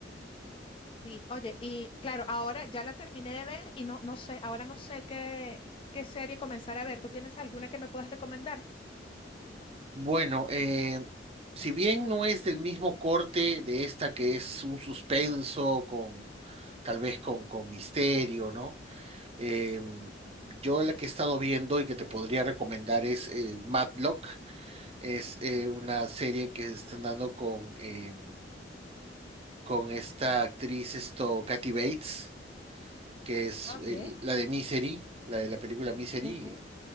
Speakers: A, on the left; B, on the right.
A: Sí, oye, y claro, ahora ya la terminé de ver y no, no sé, ahora no sé qué, qué serie comenzar a ver. ¿Tú tienes alguna que me puedas recomendar?
B: Bueno, eh, si bien no es del mismo corte de esta que es un suspenso con tal vez con, con misterio, ¿no? Eh, yo la que he estado viendo y que te podría recomendar es eh, Matlock, es eh, una serie que están dando con, eh, con esta actriz, esto, Kathy Bates, que es
A: Ok.
B: eh, la de Misery, la de la película Misery,
A: Ujú.